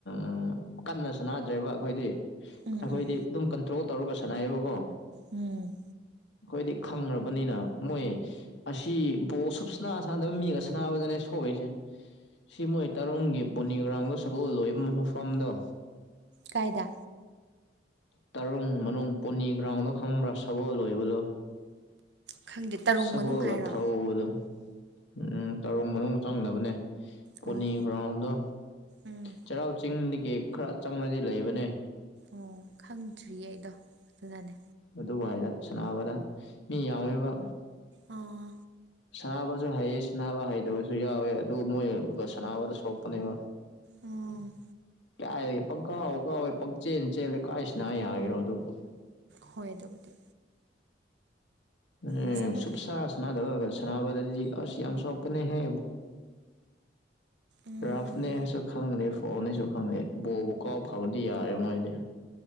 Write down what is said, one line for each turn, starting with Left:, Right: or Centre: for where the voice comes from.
Left: ꯎꯝ꯫ ꯀꯟꯅ ꯁꯥꯟꯅꯗ꯭ꯔꯦꯕ ꯑꯩꯈꯣꯏꯗꯤ
Right: ꯎꯝ
Left: ꯑꯩꯈꯣꯏꯗꯤ
Right: ꯎꯝ
Left: ꯑꯗꯨꯝ ꯀꯟꯇ꯭ꯔꯣꯜ ꯇꯧꯔꯒ ꯁꯥꯟꯅꯩꯌꯦꯕꯀꯣ꯫
Right: ꯎꯝ
Left: ꯑꯩꯈꯣꯏꯗꯤ ꯈꯪ꯭ꯅꯕꯅꯤꯅ ꯃꯣꯏ ꯑꯁꯤ ꯕꯣ ꯁꯨꯞꯁꯅꯥ ꯁꯥꯟꯅꯗꯕ ꯃꯤꯒ ꯁꯥꯟꯅꯕꯗꯅꯦ ꯁꯣꯛꯏꯁꯦ ꯁꯤ ꯃꯣꯏ ꯇꯔꯪꯒꯤ ꯄꯣꯅꯤꯒ꯭ꯔꯥꯎꯟꯗ ꯁꯒꯣꯜ ꯂꯣꯏꯕ ꯃꯐꯝꯗꯣ
Right: ꯀꯥꯏꯗ
Left: ꯇꯔꯨꯡ ꯃꯅꯨꯡ ꯄꯣꯅꯤ ꯒ꯭ꯔꯥꯎꯟꯗꯣ ꯈꯪꯕ꯭ꯔꯥ ꯁꯒꯣꯜ ꯑꯣꯏꯕꯗꯣ
Right: ꯈꯪꯗꯦ ꯇꯔꯨꯡ
Left: ꯁꯒꯣꯜꯒ
Right: ꯃꯅꯨꯡ ꯍꯥꯏꯔꯣ
Left: ꯊꯧꯕꯗꯣ ꯎꯝ ꯇꯔꯨꯡ ꯃꯅꯨꯡ ꯆꯪꯗꯕꯅꯦ ꯄꯣꯅꯤ
Right: ꯑꯣ
Left: ꯒ꯭ꯔꯥꯎꯟꯗꯣ
Right: ꯎꯝ
Left: ꯆꯩꯔꯥꯎ ꯆꯤꯡꯗꯒꯤ ꯈꯔ ꯆꯪꯉꯗꯤ ꯂꯩꯕꯅꯦ
Right: ꯑꯣ ꯈꯪꯗ꯭ꯔꯤꯌꯦ ꯑꯩꯗꯣ ꯑꯗꯨꯅꯅꯦ
Left: ꯑꯗꯨꯕꯨꯏꯗ ꯁꯅꯥꯅꯕꯗ ꯃꯤ ꯌꯥꯝꯃꯤꯕ
Right: ꯑꯥ
Left: ꯁꯅꯕꯁꯨ ꯍꯩꯑ ꯁꯅꯕ ꯍꯩꯗꯕꯁꯨ ꯌꯥꯎꯋꯦ ꯑꯗꯨ ꯃꯣꯏꯒ ꯁꯅꯕꯗ ꯁꯣꯛꯄꯅꯦꯕ
Right: ꯎꯝ
Left: ꯀꯌꯥ ꯄꯪꯀꯥꯎ ꯋꯥꯀꯥꯋꯦ ꯄꯪꯆꯦꯟ ꯆꯦꯜꯂꯦ ꯀꯥꯏꯁꯤꯅ ꯌꯥꯒꯤꯔꯣ ꯑꯗꯨꯕꯨ
Right: ꯍꯣꯏ ꯑꯗꯨꯕꯨꯗꯤ
Left: ꯎ
Right: ꯐꯖꯕ
Left: ꯁꯨꯨꯞ ꯁ ꯁꯅꯗꯕ ꯁꯅꯥꯕ ꯑꯁ ꯌꯥꯝ ꯁꯣꯀꯅꯦ ꯍ
Right: ꯎꯝ
Left: ꯔꯐꯅꯦ ꯁ ꯈꯪꯗꯦ ꯐꯣꯅꯦꯁꯨ ꯈꯪꯗꯦ ꯕꯧꯂꯕꯨ ꯀꯥꯎ ꯐꯕꯗꯤ ꯌꯥꯔꯦ ꯃꯣꯏꯗꯤ